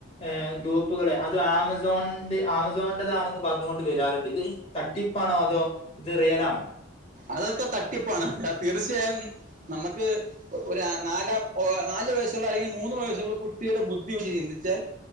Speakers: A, on the left; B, on the right.
A: ഏഹ് ഗ്രൂപ്പുകള് അത് ആമസോൺന്റെ ആമസോൺന്റതാണ്ന്ന് പർഞ്ഞ് കൊണ്ട് വെരാറ്ണ്ട് ഇത് തട്ടിപ്പാണോ അതോ ഇത് റിയലാണോ
B: അതൊക്കെ തട്ടിപ്പാണ് തീർച്ചയായും നമ്മക്ക് ഒരാ നാലാം ഒ നാല് വയസ്സുള്ള അല്ലെങ്കിൽ മൂന്ന് വയസ്സുള്ള കുട്ടിയുടെ ബുദ്ധി വെച്ച് ചിന്തിച്ചാൽ